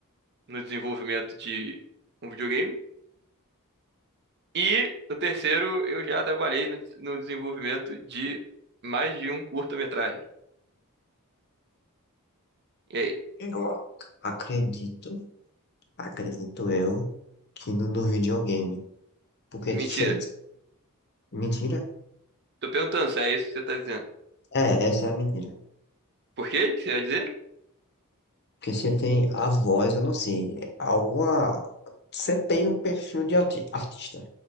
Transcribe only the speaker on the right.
no desenvolvimento de um videogame. E no terceiro, eu já trabalhei no, no desenvolvimento de mais de um curta-metragem. E aí?
É Mentira.
Tô perguntando se é isso que você tá dizendo.
Por quê? O que você ia dizer?